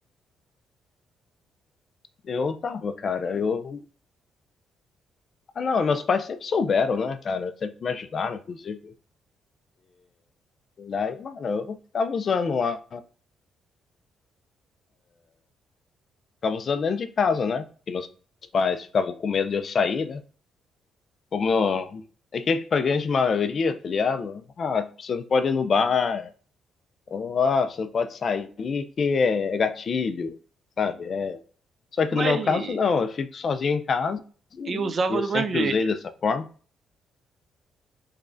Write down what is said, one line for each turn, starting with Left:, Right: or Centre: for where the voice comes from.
Left: Eu tava, cara, eu. Ah, não, meus pais sempre souberam, né, cara? Sempre me ajudaram, inclusive. Daí, mano, eu ficava usando lá. Ficava usando dentro de casa, né? Porque meus pais ficavam com medo de eu sair, né? Como eu... É que pra grande maioria, tá ligado? Ah, você não pode ir no bar, Ou, ah, você não pode sair que é é gatilho, sabe? É. Só que
Right: Mas.
Left: no meu caso, não, eu fico sozinho em casa
Right: E usava
Left: e eu
Right: do
Left: sempre
Right: mesmo jeito.
Left: usei dessa forma.